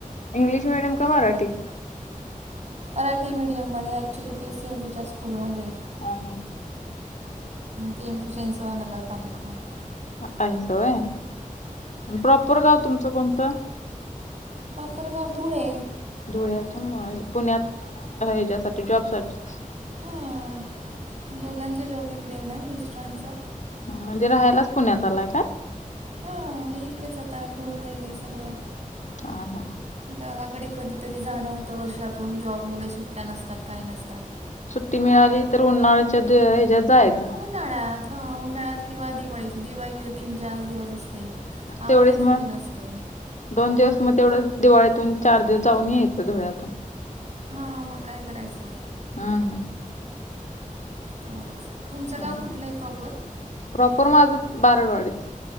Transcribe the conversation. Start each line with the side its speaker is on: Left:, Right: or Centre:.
Left: इंग्लिश मिडियम का मराठी?
Right: मराठी मीडियमध्ये एकचूल्ली पी सी एन सीच्या स्कूलमध्ये.
Left: हा.
Right: पी एम सेन सोळा नगरपालिका.
Left: आहेसा होय आणि प्रॉपर गाव तुमचं कोणतं?
Right: प्रॉपर गाव धळे.
Left: धुळ्यातुन पुण्यात हेज्यासाठी जॉब साठी.
Right: हा दोघांच्या जॉब इकडे आहे ना मिस्टरांचा.
Left: म्हणजे राहायलाच पुण्यात आलाय काय?
Right: हा मी इकडेच आता घर वगैरे सगळं.
Left: हा हा.
Right: गावाकडे कधीतरी जाण होतं वर्षातून जॉबमुळे सुट्ट्या नसतात काही नसतात.
Left: सुट्टी मिळाली तर उन्हाळ्याच्या ह्याच्यात जायच.
Right: उन्हाळ्यात ह उन्हाळ्यात किंवा दिवाळीची दिवाळी तीन चार दिवस असते. आम्हालाही
Left: तेवढेच
Right: सुट्टी
Left: मग
Right: नसते
Left: दोन दिवस मग तेवढच दिवाळीतून चार दिवस जाऊन यायचं धुळ्यातून.
Right: हा मग काय करायचं.
Left: हम्म हम्म.
Right: तेवढंच तुमचं गाव
Left: हम्म.
Right: कुठलं आहे प्रॉपर?
Left: प्रॉपर माझं बाराडवाडीच.